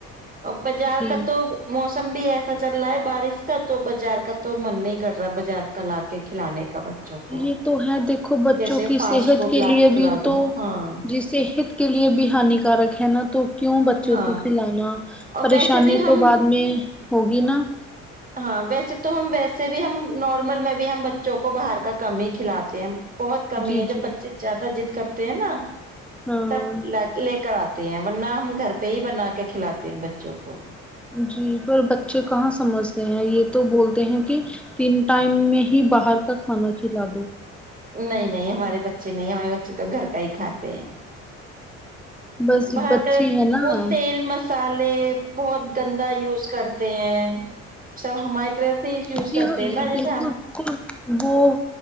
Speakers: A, on the right; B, in the centre.
A: اور بازار
B: جی
A: کا تو موسم بھی ایسا چل رہا ہے بارش کا تو بازار کا تو من نہیں کر رہا بازار کا لا کے کھلانے کا بچوں کو
B: یہ تو ہے دیکھو بچوں
A: جیسے
B: کی
A: فاسٹ
B: صحت
A: فوڈ
B: کے
A: لا
B: لیے
A: کھلا
B: بھی
A: دو
B: تو
A: ہاں
B: جس صحت کے لیے بھی ہانیکارک ہے نا تو کیوں بچوں
A: ہاں
B: کو کھلانا
A: اور
B: پریشانی
A: ویسے بھی ہم
B: تو بعد میں ہوگی نا
A: ہاں ویسے تو ہم ویسے بھی ہم نارمل میں بھی ہم بچوں کو باہر کا کم ہی کھلاتے ہیں بہت کم ہی
B: جی
A: جب
B: جی
A: بچے زیادہ ضد کرتے ہیں نا
B: ہاں
A: تب لاک لے کر آتے ہیں ورنہ ہم گھر پہ ہی بنا کے کھلاتے ہیں بچوں کو
B: جی پر بچے کہاں سمجھتے ہیں یہ تو بولتے ہیں کہ تین ٹائم میں ہی باہر کا کھانا کھلا دو
A: نہیں نہیں ہمارے بچے نہیں ہمارے بچے تو گھر کا ہی کھاتے
B: بس جو
A: باہر
B: بچے
A: کا
B: ہیں نا
A: وہ تیل م مسالے بہت گندا یوز کرتے ہیں سب ہمارے رح سے یوز
B: جی
A: کرتے
B: یہ
A: ہیں ن
B: بالکل
A: جس
B: وہ